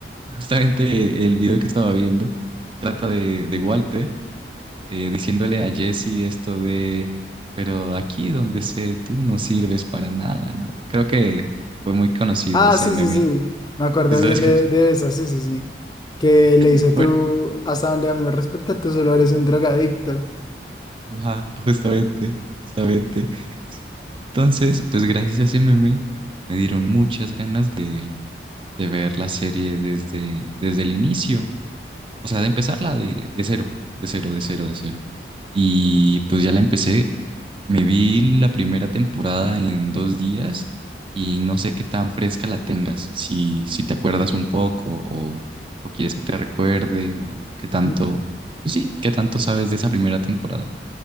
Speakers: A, on the right; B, on the left.
A: Justamente el video que estaba viendo trata de, de Walter eh, diciéndole a Jesse esto de, pero aquí donde sé tú no sirves para nada, ¿no? Creo que fue muy conocido
B: Ah,
A: ese
B: sí,
A: meme.
B: sí, sí. Me acuerdo
A: ¿Sí sabes?
B: bien de, de eso, sí, sí, sí. Que le
A: <laughs>
B: dice tú, hasta donde a mí me respecta, tú solo eres un drogadicto.
A: Ajá, justamente, justamente. Entonces, pues gracias a ese meme me dieron muchas ganas de, de ver la serie desde, desde el inicio. O sea, de empezarla de, de cero, de cero, de cero, de cero. Y pues ya la empecé. Me vi la primera temporada en dos días y no sé qué tan fresca la tengas, si, si te acuerdas un poco o, o quieres que te recuerde o qué tanto,
B: Mm.
A: pues sí, qué tanto sabes de esa primera temporada.